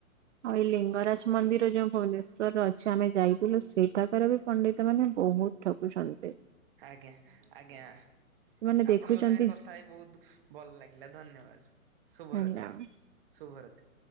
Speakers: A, on the right; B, on the right.
A: ଆଉ ଏଇ ଲିଙ୍ଗରାଜ୍ ମନ୍ଦିର ଯଉ ଭୁବନେଶ୍ଵର ରେ ଅଛି ଆମେ ଯାଇଥିଲୁ ସେଇଟା ଏରାବି ପଣ୍ଡିତ୍ ମାନେ ବହୁତ୍ ଠକୁଚନ୍ତି।
B: ଆଜ୍ଞା -ଆଜ୍ଞା।
A: ମାନେ
B: ଆପଣଙ୍କ
A: ଦେଖୁଛନ୍ତି
B: ସାଙ୍ଗେରେ କଥା ହେଇ ବହୁତ୍ ଭଲ ଲାଗିଲା ଧନ୍ୟବାଦ୍ ଶୁଭରାତ୍ରି।
A: ହେଲା,
B: ଶୁଭରାତ୍ରି।